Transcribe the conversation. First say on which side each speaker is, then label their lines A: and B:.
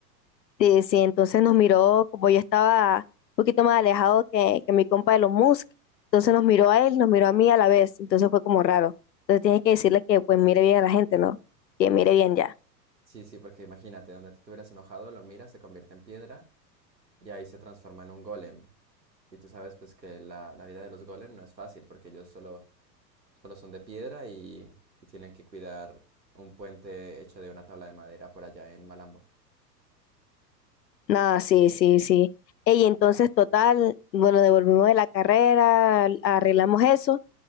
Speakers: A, on the left; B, on the right.
A: Sí, sí, entonces nos miró como yo estaba un poquito más alejado que, que mi compa de los Musk, entonces nos miró a él, nos miró a mí a la vez, entonces fue como raro. Entonces tienes que decirle que pues mire bien a la gente, ¿no? Que mire bien ya.
B: Sí, sí, porque imagínate, donde tú te hubieras enojado, lo miras, se convierte en piedra y ahí se transforma en un golem. Y tú sabes pues que la, la vida de los golems no es fácil porque ellos solo, solo son de piedra y, y tienen que cuidar un puente hecho de una tabla de madera por allá en Malambo.
A: Nada, sí, sí, sí. Y entonces total, bueno, devolvimos de la carrera, arreglamos eso